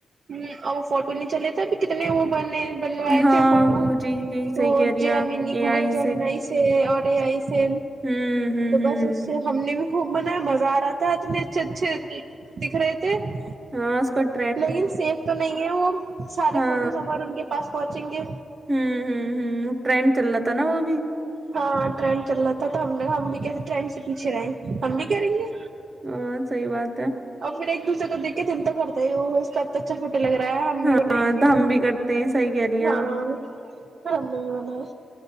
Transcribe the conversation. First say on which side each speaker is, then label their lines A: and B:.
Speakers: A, on the right; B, on the right.
A: ہوں اور وہ فوٹو نیچا لیتا بھی کتنے وہ بنے بنوائے
B: ہاں
A: تھے فوٹو
B: وہ جی جی
A: تو
B: صحیح کہہ رہی
A: Gemini
B: ہیں آپ a
A: Google
B: I
A: Gemini I سے اور اے آئی سے
B: ہوں ہوں
A: تو
B: ہوں
A: بس اس سے ہم نے بھی خوب من ہے بزارات تت ن چچ چ <unintelligible> دکھ رہے تھ
B: ہاںس کو <unintelligible>
A: لیکن سیف تو نہیں ہے وہ سارے
B: ہاں
A: فوٹوز ہمار ان کے پاس پہنچیں گے
B: ہوں ہ ہ ٹرین چل رہا تھا نا وہ بھی
A: ہاں ٹرین چل رہا تھا تو ہم نےا ہم بھی کہ تھے ٹرین سے یچھ رہے ہم بھی کریں گے
B: ہاں صحیح بات ہے
A: اور پھر ایک دوسرے کو دیک کے دلتا کرتا ہے وہ سب اچھا اھ لگ رہا ہے ہم بھی
B: ہاں
A: بنائیں گے
B: تو ہم بھی کرتے ہیں صحیح کہہ رہی ہیں
A: ہاں
B: آپ
A: ہمم نہیں مل